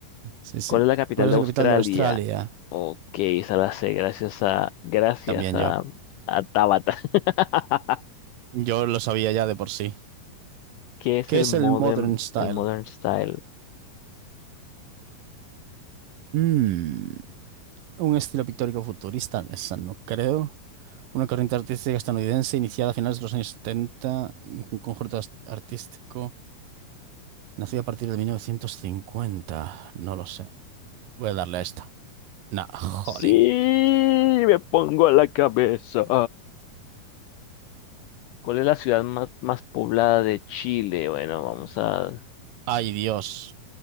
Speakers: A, on the right (about 70°); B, on the left (about 85°).
A: Sí, sí.
B: ¿Cuál es la capital
A: ¿Cuál es
B: de
A: la
B: Australia?
A: capital de Australia?
B: Ok, esa la sé. Gracias a. Gracias
A: También
B: a.
A: yo.
B: A Tabata. <laughs>
A: Yo lo sabía ya de por sí.
B: ¿Qué es
A: ¿Qué
B: el
A: es
B: modem,
A: el Modern Style?
B: el modern style?
A: Mmm. Un estilo pictórico futurista, esa no creo. Una corriente artística estadounidense iniciada a finales de los años 70 un conjunto as- artístico nacido a partir de mil novecientos cincuenta No lo sé. Voy a darle a esta. Nah, jolín.
B: Sí, me pongo a la cabeza. ¿Cuál es la ciudad más, más poblada de Chile? Bueno, vamos a
A: Ay, Dios.